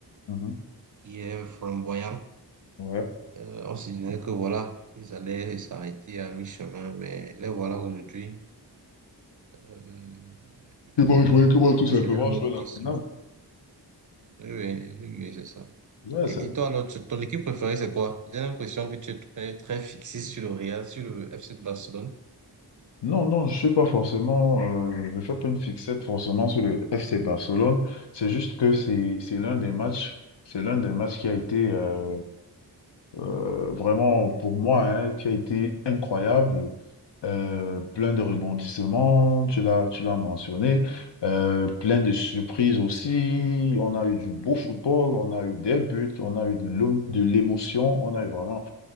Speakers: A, on the left; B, on the right.
A: Mhm.
B: qui est flamboyant.
A: Ouais.
B: Euh, on se disait que voilà, ils allaient s'arrêter à mi-chemin, mais les voilà aujourd'hui. Euh,
A: Ils vont
B: et
A: jouer,
B: on,
A: qu'ils vont tout
B: on dirait
A: simplement
B: même
A: jouer la
B: qu'ils
A: finale.
B: sont... Oui, oui, oui, c'est ça.
A: Ouais,
B: Et,
A: c'est-
B: et toi, alors, tu- ton équipe préférée, c'est quoi? J'ai l'impression que tu es très, très fixé sur le Real, sur le FC Barcelone.
A: non, non, je suis pas forcément, euh, je ne fais pas une fixette forcément sur le FC Barcelone. C'est juste que c'est c'est l'un des matchs, c'est l'un des matchs qui a été euh, euh, vraiment pour moi, hein, qui a été incroyable, euh, plein de
B: Mhm.
A: rebondissements, tu l'as, tu l'as mentionné, euh, plein de surprises aussi. On a eu du beau football, on a eu des buts, on a eu de l'om- de l'émotion, on a eu vraiment